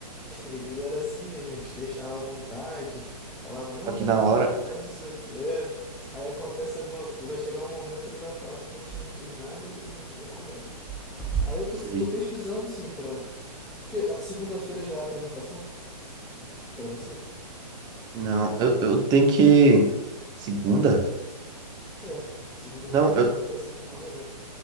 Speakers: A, in the centre; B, on the right.
A: É, ele era assim mesmo, ele te deixava à vontade, falava, não,
B: Só que
A: tá
B: na
A: tranquilo,
B: hora,
A: faz isso daqui. É, aí acontece alguma vai chegar um momento, ele vai falar que a gente não fez nada e vai, vai cobrar. Aí eu tô,
B: sei.
A: tô pesquisando, sim, pra... Porque a segunda-feira já é a apresentação pra você?
B: Não, eu, eu tenho que. Segunda?
A: É, segunda-feira
B: Não, eu.
A: é apresentação pra uma galera.